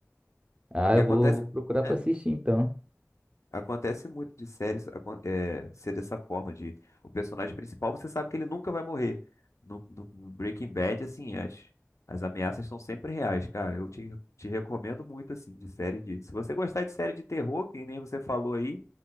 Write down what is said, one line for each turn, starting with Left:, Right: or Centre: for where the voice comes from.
Right: Ah,
Left: Porque
Right: eu
Left: acontece,
Right: vou, vou procurar pra
Left: né?
Right: assistir então.
Left: Acontece muito de séries acon- é, ser dessa forma, de o personagem principal, você sabe que ele nunca vai morrer. No, no no Breaking Bad, assim, as, as ameaças são sempre reais, cara. Eu te, te recomendo muito, assim, de série de. Se você gostar de série de terror, que nem você falou aí,